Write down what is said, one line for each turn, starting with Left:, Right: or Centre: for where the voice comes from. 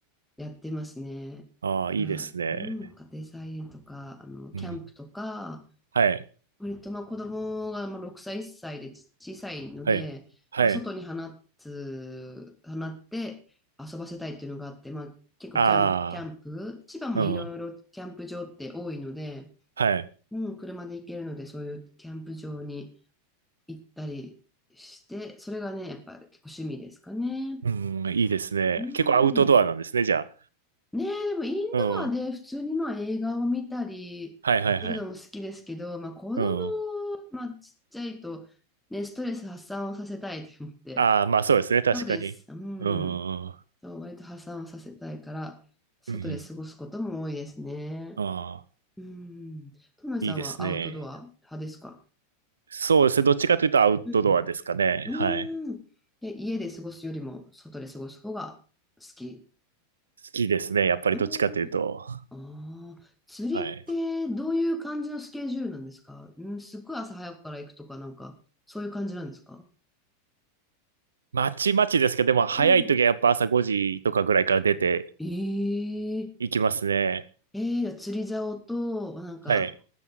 Centre: やってますね。
Right: あ、ああいいですね。
Centre: だから、うん、家庭菜園とか、あの、キャンプとか、
Right: うんはい。
Centre: 割とまあ子供がまあ6歳、1歳でち小さいので、
Right: はい。はい。
Centre: まあ、外に放つ、放って遊ばせたいっていうのがあって、まあ結構キャンプ、
Right: あ
Centre: キャンプ、千葉もいろいろキャンプ場って多いので、
Right: あ、うん。はい。
Centre: うん、車で行けるので、そういうキャンプ場に行ったりして、それがね、やっぱ結構趣味ですかね。
Right: うん、いいですね。
Centre: うーん。
Right: 結構アウトドアなんですね、じゃあ。
Centre: ねえ、でもインドアで普通にまあ映画を見たりするのも好きですけど、
Right: うん。はいはいはい。
Centre: まあ子供、
Right: うん。
Centre: まあちっちゃいとね、ストレス発散をさせたいと思って。
Right: ああ、まあそうですね、確かに。
Centre: そうです。うん。
Right: うん。
Centre: そう、割と発散をさせたいから、外で過ごすことも多いですね。
Right: うん。ああ、
Centre: うん。トムさんはアウトドア派ですか
Right: いいですね。そうですね、どっちかというとアウトドアですかね。
Centre: うん。うん。
Right: はい。
Centre: で、家で過ごすよりも外で過ごす方が好き。
Right: 好きですね、やっぱりどっちかというと。
Centre: うーん。ああ、釣りってどういう感じのスケジュールなんですかうん、
Right: はい。
Centre: すっごい朝早くから行くとか、なんか、そういう感じなんですか
Right: まちまちですけど、でも早い時はやっぱ朝5時とかぐらいから出て
Centre: うん。ええ
Right: いきますね。
Centre: えー、じゃあ釣り竿と、なんか、
Right: はい。